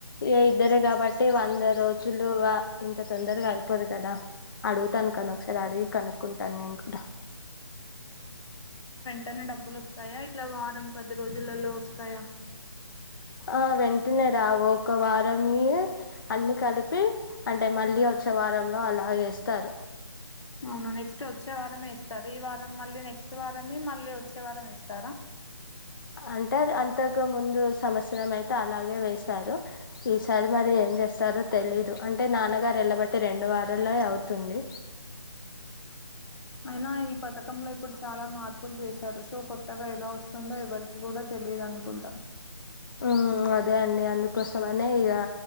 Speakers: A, on the left (about 45°); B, on the left (about 80°).
A: ఇగ ఇద్దరే కాబట్టి వంద రోజులు వా త తొందరగ అయిపోదు కదా అడుగుతాను కానీ ఒకసారి అడిగి కనుక్కుంటాను నేను కూడా
B: టనే డబ్బులు వస్తాయ ఇట్లా వారం పది రోజులలో తయా
A: ఆ వెంటనే రావు ఒక వారమియి అన్ని కలిపి అంటే మళ్ళీ వచ్చే వారంలో అలా వేస్తారు
B: అవును నెక్స్ట్ వచ్చే వారమే ఇస్తారు. ఈ వారం మళ్ళీ నెక్స్ట్ వారంయి మళ్ళీ వచ్చే వారం ఇస్తారా
A: అంటే అది అంతకు ముందు సంవత్సరం అయితే అలాగే వేశారు ఈ సరి మరే ఏం చేస్తారో తెలీదు అంటే నాన్నగారు వెళ్ళబట్టి రెండు వారలె అవుతుంది
B: అయినా ఈ పథకంలో ఇప్పుడు చాలా మార్పులు చేశారు సో కొత్తగా ఎలా వస్తుందో ఎవరికి కూడా తెలీదనుకుంట
A: ఆ అదే అండి అందుకోసమనే ఇగా